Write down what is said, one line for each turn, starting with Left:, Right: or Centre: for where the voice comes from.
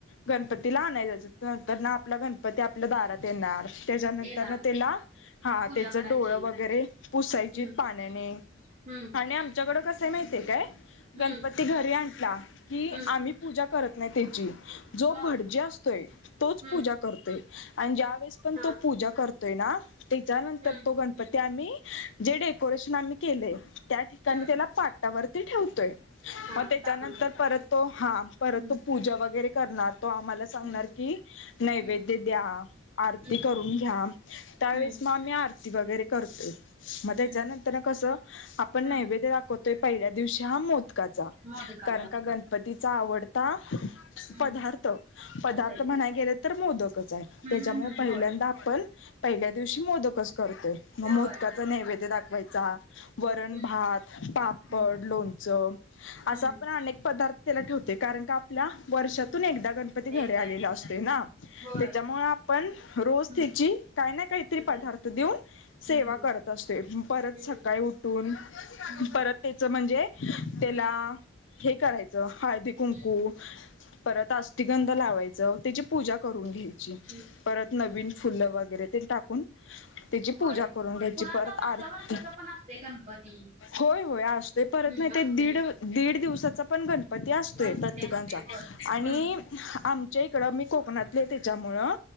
Left: गणपतीला आणाय जायचं नंतर न आपला गणपती आपल्या दारात येणार. त्याच्यानंतर
Right: येणार
Left: न तेला हा
Right: पूजा
Left: त्याच
Right: करायची
Left: डोळ वगैरे पुसायची
Right: हम्म
Left: पाण्याने.
Right: हम्म
Left: आणि आमच्याकड कस माहितीये काय गणपती
Right: हम्म
Left: घरी आणता की
Right: हम्म
Left: आम्ही करत नाही त्याची जो
Right: मग
Left: भडजी असतोय तोच
Right: हम्म
Left: पूजा करतोय आणि येऊस पर्यंत पण
Right: हा
Left: तो पूजा करतोय ना त्याच्यानंतर
Right: हम्म
Left: तो गणपती आम्ही जे डेकोरेशन आम्ही केलेय त्या ठिकाणी
Right: हम्म
Left: त्याला पाटावरती ठेवतोय.
Right: हा
Left: मग त्याच्यानंतर
Right: स्थापन करताय
Left: परत तो हा परत
Right: हम्म
Left: तो पूजा वगैरे करणार तो आम्हाला सांगणार
Right: हम्म
Left: की नैवेद्य
Right: हम्म
Left: द्या आरती
Right: हम्म
Left: करून घ्या त्यावेळेस
Right: हम्म
Left: म आम्ही आरती वगैरे करतोय मग त्याच्यानंतर
Right: हम्म
Left: कस आपण
Right: हम्म
Left: नैवद्य दाखवला होतोय पहिल्या दिवशी हा मोदकाचा
Right: मोदकाचा
Left: कारण का गणपतीचा आवडता
Right: हम्म
Left: पदार्थ. पदार्थ
Right: आहे
Left: म्हणाय
Right: ते
Left: गेले तर मोदकच आहे
Right: हम्म
Left: त्याच्यामुळे
Right: हम्म हम्म
Left: पहिल्यांदा
Right: होय
Left: आपण पहिल्या दिवशी मोदकच करतेय मग मोदकाचा
Right: होय
Left: नैवेद्य दाखवायचा. वरण,
Right: हम्म
Left: भात, पापड,
Right: हम्म
Left: लोणचं अस
Right: हम्म
Left: आपण अनेक पदार्थ त्याला ठेवते कारण की आपल्या वर्षातून एकदा गणपती घरी
Right: एकदा
Left: आलेला
Right: येते
Left: असते ना.
Right: होय
Left: त्याच्यामुळे आपण रोज
Right: हम्म
Left: त्याची काही ना काहीतरी
Right: पूजा
Left: पदार्थ देऊन सेवा
Right: हम्म
Left: करत असतोय परत
Right: हम्म
Left: सकाळी उठून
Right: हम्म हम्म
Left: परत त्याच म्हणजे त्याला
Right: हम्म
Left: हे करायच हळदी, कुंकू
Right: हम्म
Left: परत अस्थिगंध लावायच त्याची
Right: हम्म
Left: पूजा करून घ्यायची.
Right: हम्म
Left: परत नवीन फुलं वगैरे ते टाकून त्याची पूजा
Right: होय
Left: करून घ्यायची
Right: कुणाचा
Left: परत
Right: वर्षा
Left: आरती
Right: वर्षाचा पण असतोय गणपती
Left: होय, होय असतोय परत
Right: हम्म
Left: मा दीड,
Right: असतोय
Left: दीड दिवसाचा पण गणपती असतोय.
Right: गणपती
Left: तिकनच्या
Right: असतोय होय हम्म
Left: आणि आमच्या इकडं मी कोकणातले त्याच्यामुळं